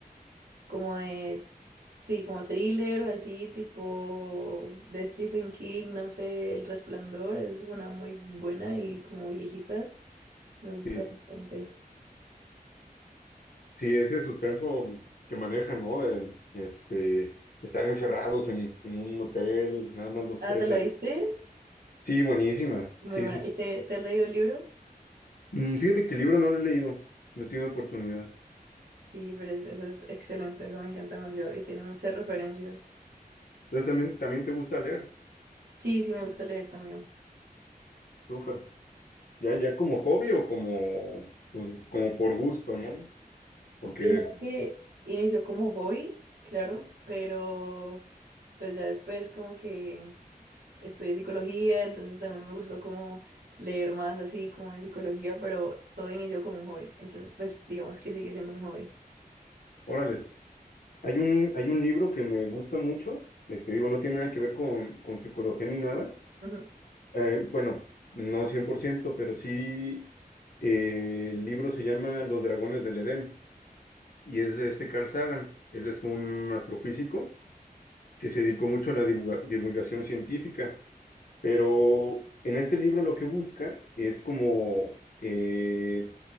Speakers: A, on the right; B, on the left.
A: como de, sí, como thriller o así, tipo de Stephen King, no sé, El Resplandor es una muy buena y como viejita, me gusta
B: Sí,
A: bastante.
B: sí, ese suspenso que manejan, ¿no? De, este, estar encerrados en, en un hotel, nada más los
A: Ah,
B: tres
A: ¿te la
B: ahí.
A: viste?
B: Sí, buenísima.
A: Muy
B: Sí,
A: buena.
B: sí. sí.
A: ¿Y te, te has leído el libro?
B: Mm, Fíjate que el libro no lo he leído, no he tenido oportunidad.
A: Sí, pero es- eso es excelente, eso me encanta demasiado y tiene muchas referencias.
B: Entonces también, también te gusta leer.
A: Sí, sí, me gusta leer también.
B: Súper. Ya, ya como hobby o como, pues, como por gusto, ¿no? Porque
A: Pues mira que inició como hobby, claro, pero pues ya después como que estudié psicología, entonces también me gustó como leer más así como de psicología, pero todo inició como un hobby, entonces pues digamos que sigue siendo un hobby.
B: Órale. Hay un, hay un libro que me gusta mucho, este, digo, no tiene nada que ver con, con psicología ni nada.
A: Ujú.
B: Eh, bueno, no 100% pero sí, eh, el libro se llama Los Dragones del Edén y es de este Carl Sagan. Él es un astrofísico que se dedicó mucho a la divulga- divulgación científica, pero en este libro lo que busca es como eh,